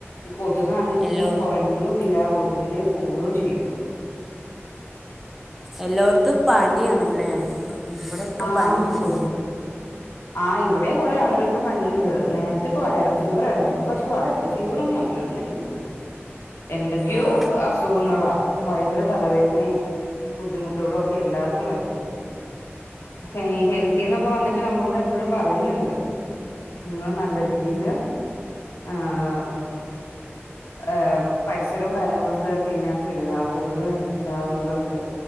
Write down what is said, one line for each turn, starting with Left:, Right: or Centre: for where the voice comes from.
Left: കൊതുകാണെങ്കി
Centre: അല്ലോ
Left: കൊറയുന്നു ഇല്ല കൊതുകിന്റെ കൂടുവെം ചെയ്യാം
Centre: എല്ലോടത്തും പനിയാണല്ലേ ഇവിടെയൊക്കെ
Left: ആം
Centre: പനിയാണ്
Left: ഒരു ആഹ് ഇവിടേം കൊറേ ആളുകൾക്ക് പനിയുണ്ട് നേരത്തെക്കെ വൈറൽ ഫീവർ ആയിരുന്നു ഇപ്പൊ പക്ഷെ വൈറൽ ഫീവറൊന്നു അല്ലന്ന് എനി ക്കു തോന്നുന്നേ എന്തൊക്കെയോ
Centre: ആ
Left: അസുഖങ്ങളാ ഭയങ്കര തലവേദനയും ബുദ്ധിമുട്ടുകളുംഒക്കെ എല്ലാർക്കും വരുന്നത് ഹേ ഹെൽത്തിന്നൊക്കെ വന്നിട്ട് നമ്മളോട് എപ്പഴും പറയുന്നുണ്ട് നിങ്ങള് നല്ല രീതിയില് ആഹ് ഏഹ് പരിസരവും കാര്യങ്ങളും ഒക്കെ ക്ലീൻ ആക്കി ഇടുക ആഹ് കൊതുക് ഉണ്ടാവുന്നതൊക്കെ